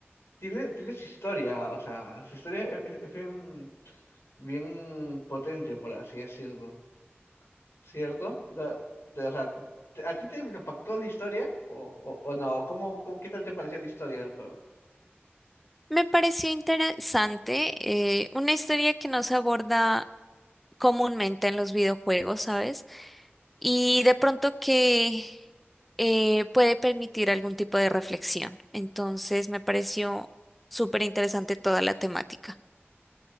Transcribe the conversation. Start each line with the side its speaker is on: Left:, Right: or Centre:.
Left: tiene, tiene su historia, o sea, su historia e- e- es, bien, bien potente, por así decirlo. ¿Cierto? La- te- o sea, te- ¿a ti te impactó la historia o, o, o no? ¿Cómo, cómo- qué tal te pareció la historia del juego?
Centre: Me pareció interesante, eh, una historia que no se aborda comúnmente en los videojuegos, ¿sabes? Y de pronto que eh, puede permitir algún tipo de reflexión. Entonces me pareció súper interesante toda la temática.